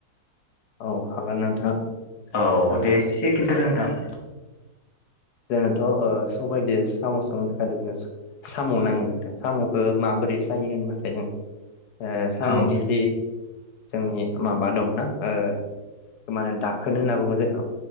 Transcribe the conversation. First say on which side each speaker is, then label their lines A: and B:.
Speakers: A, on the left; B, on the left.
A: औ हागोन नोंथां।
B: औ
A: ओ
B: दे एसे खिन्थादो नोंथां।
A: जोंथ' ओ सबायदो साम' संनो थाखाय साम' नाङो नोंथां साम'खौ माबोरै सायो होनबाथाय जों ओ साम'नि
B: औ
A: जि जोंनि माबा दङोना ओ मा होनो दाखोन होनना बुङो जोंनाव।